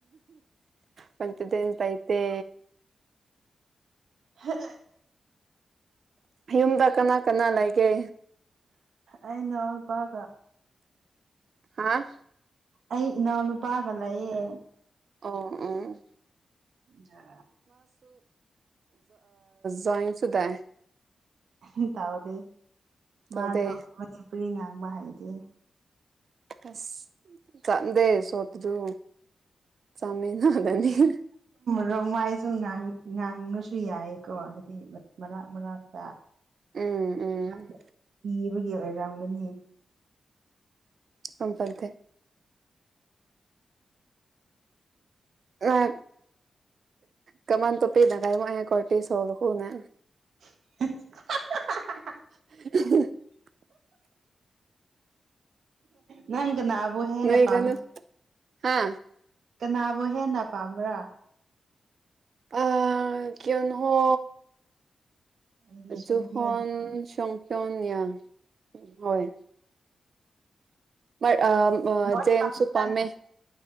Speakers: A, on the right; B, on the right.
A: ꯀꯟꯐꯤꯗꯦꯟ ꯂꯩꯇꯦ
B: ꯍꯥ
A: ꯌꯨꯝꯗ ꯀꯅꯥ ꯀꯅꯥ ꯂꯩꯒꯦ
B: ꯑꯩ ꯏꯅꯥꯎꯄꯒ
A: ꯍꯥꯥ
B: ꯑꯩ ꯏꯅꯥꯎ ꯅꯨꯄꯥꯥꯒ ꯂꯩꯌꯦ
A: ꯑꯣ ꯑꯣ
B: ꯌꯥ
A: ꯖꯟꯁꯤꯗꯥꯏ
B: ꯍ ꯇꯥꯎꯗꯦ
A: ꯇꯧꯗꯦ
B: ꯃꯥ ꯑꯗꯨ ꯃꯤꯅ ꯉꯥꯡꯕ ꯍꯥꯏꯗꯤ
A: ꯑꯁ ꯈꯪꯗꯦ ꯁꯣꯇꯗꯨ ꯆꯃꯤꯅꯕꯅꯤꯅ
B: ꯔꯣꯡꯃꯥꯏꯁꯨ ꯉꯥꯡꯕꯁꯨ ꯌꯥꯏꯀꯣ ꯍꯥꯏꯗꯤ ꯃꯔꯥꯛ ꯃꯔꯥꯛꯇ
A: ꯎꯝ ꯎꯝ
B: ꯍ ꯒꯤ ꯑꯣꯏꯔꯝꯒꯅꯤ
A: ꯃꯝꯄꯗꯦ ꯑ ꯀꯃꯥꯟ ꯇꯣ ꯄꯤꯗ ꯀꯥꯏꯃ ꯑꯦ ꯀꯣꯔꯇꯤꯁꯣꯜ ꯍꯨꯅꯦ
B: <unintelligible>
A: <unintelligible>
B: ꯅꯪ ꯀꯅꯥꯕꯨ ꯍꯦꯟꯅ
A: ꯅꯣꯏꯒꯅꯨ
B: ꯄꯥꯝ
A: ꯍꯥ
B: ꯀꯅꯥꯕꯨꯣ ꯍꯦꯟꯅ ꯄꯥꯝꯕ꯭ꯔꯥ
A: ꯑ ꯀ ꯍꯣ
B: ꯑꯩꯗꯤ ꯁꯨꯡꯍꯦꯟ
A: ꯖꯨꯍꯥꯟ ꯁ ꯇꯣ ꯌꯥ ꯍꯣꯏ ꯃꯥ ꯑ
B: ꯂꯣꯏ
A: ꯖꯦꯝꯁ
B: ꯄꯥꯝꯃꯤꯗ
A: ꯎꯄꯥꯝꯃꯦ